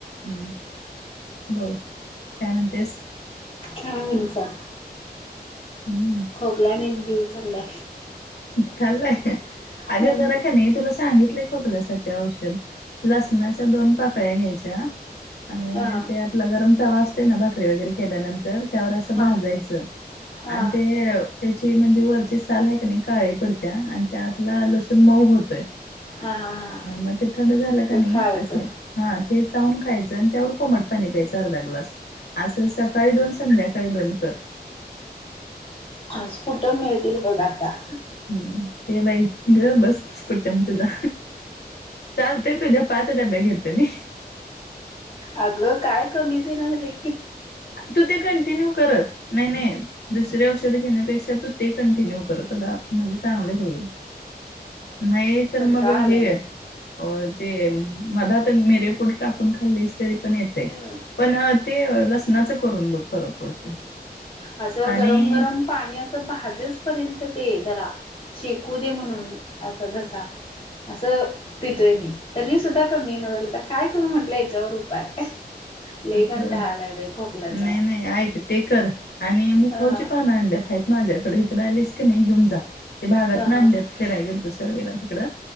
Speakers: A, on the left (about 80°); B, on the left (about 35°).
A: हम् बोल काय म्हणतेस
B: काय म्हणू सांग
A: हम्म
B: खोकल्यान एक जीव चाललाय
A: खालाय अगं
B: नंतर-
A: जरा क नाही तुला सांगितलंय खोकल्या साठी औषध लसणाच्या दोन पाकळ्या घ्यायच्या आणि
B: हा
A: ते आपला गरम तवा असतो असते ना भाकरी वगैरे केल्यानंतर त्यावर अस
B: हा
A: भाजायचं
B: हा
A: आणि
B: हा
A: ते अ त्याची ते म्हणजे वरची साल आहे का नाही काळी पडत्या आणि त्यातला लसूण मऊ होतोय
B: हा हा
A: ह मग ते थंड झालं का
B: ते
A: नाही
B: खायचं
A: हा ते चावून खायचं आणि त्यावर कोमट पाणी प्यायचं अर्धा ग्लास असं सकाळी दोन संध्याकाळी दोन कर
B: हा सपुट्टम मिळतील बघ आता
A: हम्म ते बाई ग बसच स्पूट्टम तुझा. चालतय तुझ्या पाच डब्या घेतो मी.
B: अगं काय कमीच येईना झालंय
A: तू ते कंटिन्यू कर नाही नाही. दुसर औषधे घेण्यापेक्षा तू ते कंटिन्यू कर तुला म्हणजे चांगलं होईल. नाही तर
B: कंटाळा
A: मग
B: आलाय
A: हे
B: बाई.
A: अ ते मधात मिरेपूड टाकून खाल्लीस तरी पण येते
B: हम्म.
A: पण ते लस लसनाच करून बघ फरक पडतोय.
B: असं
A: आणि
B: गरम गरम पाणी असं भाजस पर्यंत ते जरा शेकू दे म्हणून असं घसा. असं पितोय मी तरी सुद्धा कमी येईना झालं तर काय करू म्हंटलं याच्यावर उपाय. लय
A: अ
B: कंटाळा आलाय बाई खोकल्याचा.
A: नाही नाही ऐक ते कर आणि मी
B: हा
A: खाऊची
B: हा.
A: पानं आणंल्यात हायीत माझ्याकडे इकडे आलीस की नाही घेऊन जा. ते भागातन
B: हा हा
A: आणल्यात फिराय गेल त सर्वेला तिकड